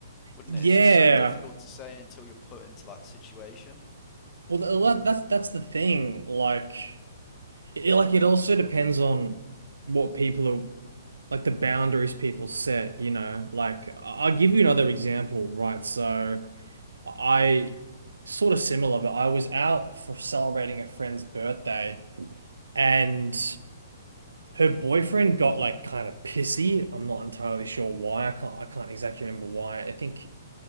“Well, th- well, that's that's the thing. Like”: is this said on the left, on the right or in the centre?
Right